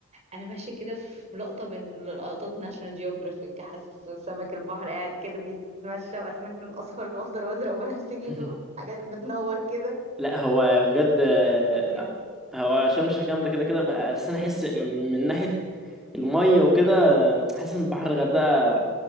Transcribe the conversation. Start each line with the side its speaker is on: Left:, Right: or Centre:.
Right: انا ماشيه كده في لقطه من لقطات ناشونال جيوغرافيك حاسه سمك البحر قاعد كده بيتمشى واسماك لون اصفر واخضر وازرق وبنفسجي
Centre: <laughs>
Right: حاجات بتنور كده
Centre: لا هو بجد آه،
Right: منظر فظيع
Centre: هو شرم الشيخ جامده كده كده بقى- بس انا احس من ناحيه الميه وكده آه، حاسس ان بحر الغردقه